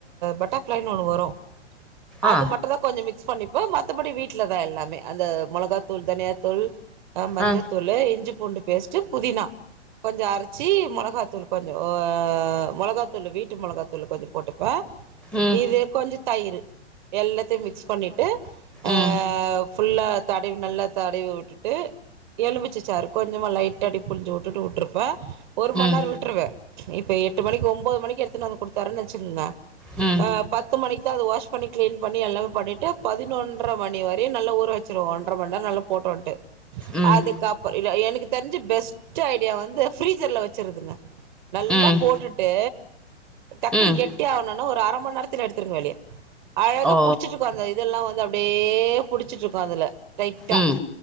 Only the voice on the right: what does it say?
பட்டர் ஃப்ளைன்னு ஒண்ணு வரு அது
மட்டுதா கொஞ்சோ மிக்ஸ் பண்ணிப் இப்போ மத்தபடி வீட்ல தா எல்லாமே அந்த மொளகாத்தூள் தனியாத்தூள் அ மஞ்சள்த்தூளு
இஞ்சி பூண்டு பேஸ்ட்டு புதினா கொஞ்சோ அரைச்சி மொளகாத்தூள் கொஞ்சோ மொளகாத்தூள் வீட்டு மொளகாத்தூள் கொஞ்சோ போட்டுப்பே
இதே கொஞ்சோ தயிரு எல்லாத்தையு மிக்ஸ் பண்ணிட்டு அ
ஃபுல்லா தடைவி நல்லா தடைவி உட்டுட்டு எலுமிச்சச்சாரு கொஞ்சமா லைட்டா அப்டியே புழிஞ்சு உட்டுட்டு உட்ருப்பே ஒரு மணி
நேரோ விட்டுருவே இப்போ எட்டு மணிக்கி ஒம்பது மணிக்கி எடுத்னு வந்து கொத்தாருன்னு வச்சுருங்க
அ பத்து மணிக்கிதா அத வாஷ் பண்ணி க்ளீன் பண்ணி எல்லாம பண்ணிட்டு பதினொன்ர மணி வரையு நல்ல ஊற வச்சுருவ ஒன்றர மண்நேர நல்ல போட்டு வன்ட்டு
அதுக்கப்ற இல்ல எனக்கு தெரிஞ்சு பெஸ்ட் ஐடியா வந்து ஃப்ரீசர்ல வச்சிருதுங்க நல்லா
போட்டுட்டு டக்குன்னு
கெட்டி ஆகணுன்னா ஒரு அர மண்நேரத்துல எடுத்துருங்க வெளிய அழகா
புடிச்சிட்டுருக்கு அந்த இதெல்லா வந்து அப்டியே புடிச்சிட்டு இருக்கு அதுல டைட்டா